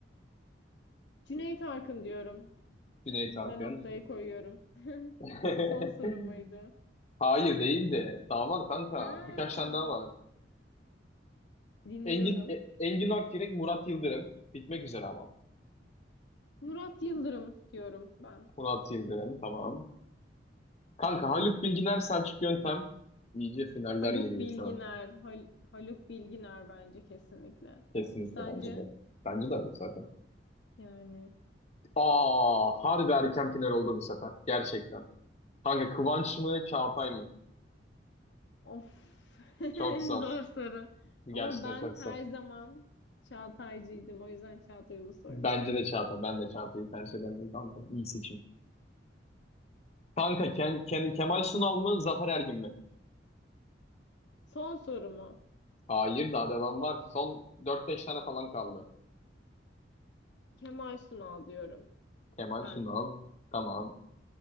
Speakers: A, on the left; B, on the left.
A: Cüneyt Arkın diyorum.
B: Cüneyt Arkın.
A: Ben noktayı koyuyorum. <laughs>
B: <laughs>
A: Son sorumuydu.
B: Hayır değil de. Daha var kanka.
A: Ha,
B: Birkaç tane daha var.
A: dinliyorum.
B: Engin, E- Engin Akyürek, Murat Yıldırım. Bitmek üzere ama.
A: Murat Yıldırım diyorum ben.
B: Murat Yıldırım tamam. Kanka Haluk Bilginer, Selçuk Yöntem. İyice finaller
A: Haluk
B: geliyor
A: Bilginer.
B: şu an.
A: Hal- Haluk Bilginer bence kesinlikle.
B: Kesinlikle
A: Sence?
B: bence de. Bence de abi zaten.
A: Yani.
B: Aa, harbi erken final oldu bu sefer. Gerçekten. Kanka Kıvanç mı Çağatay mı?
A: Of. <laughs>
B: Çok zor.
A: Zor soru.
B: Gerçekten
A: Ama ben
B: çok zor.
A: her zaman Çağataycıydım. O yüzden Çağatay Ulusoy
B: Bence
A: diyorum.
B: de Çağatay. Ben de Çağatay'ı tercih ederim kanka. İyi seçim. Kanka Ken, Ken, Kemal Sunal mı Zafer Ergin mi?
A: Son sorumu.
B: Hayır daha devam var. Son dört beş tane falan kaldı.
A: Kemal Sunal diyorum
B: Kemal
A: ben.
B: Sunal. Tamam.